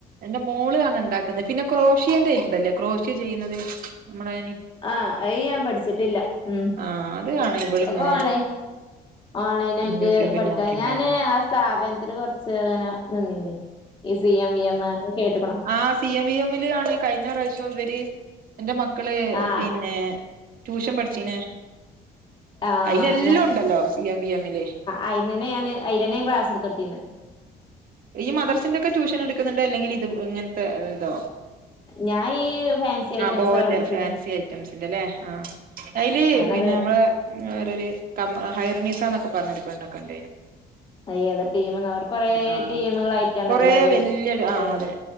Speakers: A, on the right; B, on the left.
A: എന്റെ മോള് ആണ് ഇണ്ടാക്കുന്നെ. പിന്നെ ക്രോഷിയേന്റെ ഇണ്ടല്ലേ ക്രോഷി ചെയ്യുന്നത് നമ്മള്നി
B: ആഹ് അയിഞാ പഠിച്ചിട്ടില്ല ഉം
A: ആ അത് ആണ് ഇവളിങ്ങനെ
B: ഒക്കെ ഓൺലൈ ഓൺലൈനായിട്ട്
A: യൂട്യൂബിൽ
B: പഠിക്കാ
A: നോക്കി
B: ഞാന്
A: ഉണ്ടാക്കുന്നു
B: സ്ഥാപനത്തില് കൊറച്ച് അങ്ങനെ നിന്നീനി ഇ സി എം വി എംകാർടെ കേട്ടുക്കണു
A: ആഹ് സി എം ഇ എംൽ ആണ് കഴിഞ്ഞ പ്രാശോം ഇവര് എന്റെ മക്കള്
B: ആഹ്
A: പിന്നെ ട്യൂഷൻ പഠിച്ചീനെ
B: ആഹ്
A: അയിലെല്ലാം ഉണ്ടല്ലോ സി എം വി എംല്
B: അയീന്നന്നെ ഞാന് അയിലെന്നെ ഞാന് ക്ലാസ് എടുത്തൊടുത്തീന്ന്
A: ഇയ്യ് മദ്രസിന്റെ ഒക്കെ ട്യൂഷൻ എടുക്കുന്നുണ്ടൊ അല്ലെങ്കിൽ ഇതും ഇങ്ങനത്തെ ഇതോ
B: ഞാൻ ഈ ഫാൻസി ഐറ്റംസാ
A: ആഹ് ബോന്റെ
B: പഠിപ്പിച്ചീന്ന്
A: ഫാൻസി ഐറ്റംസിന്റെല്ലേ ആഹ് അയില്
B: ഞാനത്
A: പിന്നെ നമ്മള് വേറൊരി ക ഹൈർണീസന്നൊക്കെ പറഞ്ഞൊരിപെണ്ണെ കണ്ടീന്
B: ആ ഏത ടീമന്ന് അവർകൊറേ
A: ആഹ്
B: ടീമുകളായിട്ടാണല്ലത്
A: കൊറേ വല്യൊരു
B: ചെയ്യണത്.
A: ആഹ് അതെ